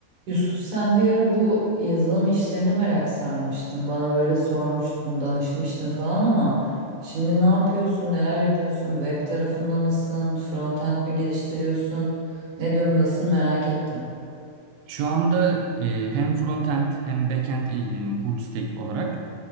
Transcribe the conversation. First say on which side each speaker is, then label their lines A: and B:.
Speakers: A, on the right; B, on the right.
A: Yusuf sen bir ara bu yazılım işlerine merak sarmıştın. Bana böyle sormuştun, danışmıştın falan ama şimdi ne yapıyorsun, neler yapıyorsun? Web tarafında mısın? Frontend mi geliştiriyorsun? Ne durumdasın merak ettim.
B: Şu anda e, hem frontend hem backend ilgileniyorum full stack olarak.